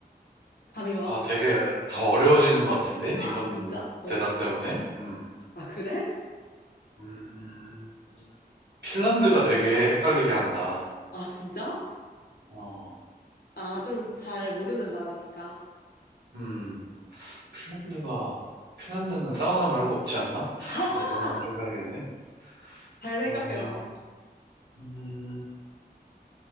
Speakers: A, on the left; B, on the right.
A: 감이 와?
B: 아, 되게 더 어려워지는 것 같은데?
A: 아,
B: 이번
A: 진짜? 어.
B: 대답 때문에? 음.
A: 아, 그래?
B: 음, 핀란드가 되게 헷갈리게 한다.
A: 아, 진짜?
B: 어,
A: 아, 좀 잘 모르는 나라니까.
B: 음. 핀란드가, 핀란드는 사우나 말고 없지 않나?
A: <laughs>
B: 좀 더 고민을 해봐야겠네.
A: 잘
B: 그러면,
A: 생각해봐.
B: 음,